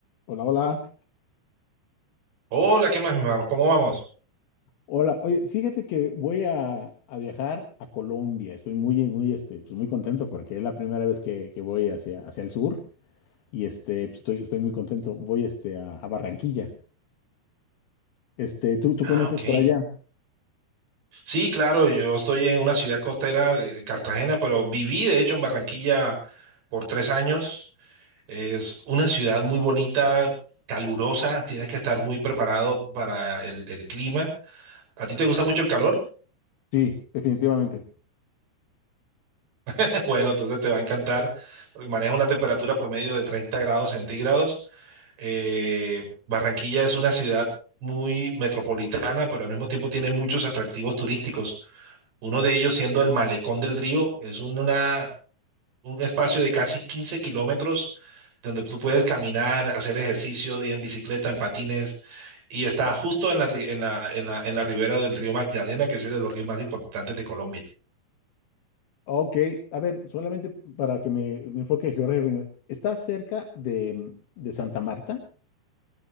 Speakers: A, on the left; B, on the right.
A: Hola, hola.
B: Hola, ¿qué más, mi hermano? ¿Cómo vamos?
A: Hola. Oye, fíjate que voy a, a viajar a Colombia. Estoy muy, muy, este, pues muy contento porque es la primera vez que, que voy hacia, hacia el sur y este, pues, estoy, estoy muy contento. Voy, este, a, a Barranquilla. Este, ¿tú, tú
B: Ah,
A: conoces
B: ok.
A: por allá?
B: Sí, claro, yo estoy en una ciudad costera de de Cartagena, pero viví, de hecho, en Barranquilla por tres años. Es una ciudad muy bonita, calurosa, tienes que estar muy preparado para el, el clima. ¿A ti te gusta mucho el calor?
A: Sí, definitivamente.
B: <laughs> Bueno, entonces te va a encantar, porque maneja una temperatura promedio de 30 grados centígrados. Eh, Barranquilla es una ciudad muy metropolitana, pero al mismo tiempo tiene muchos atractivos turísticos. Uno de ellos siendo el Malecón del Río, es una, un espacio de casi 15 kilómetros donde tú puedes caminar, hacer ejercicio, ir en bicicleta, en patines, y está justo en la, ri- en la, en la, en la ribera del río Magdalena, que es uno de los ríos más importantes de Colombia.
A: Ok, a ver, solamente para que me, me enfoque geográficamente. ¿Estás cerca de, de Santa Marta?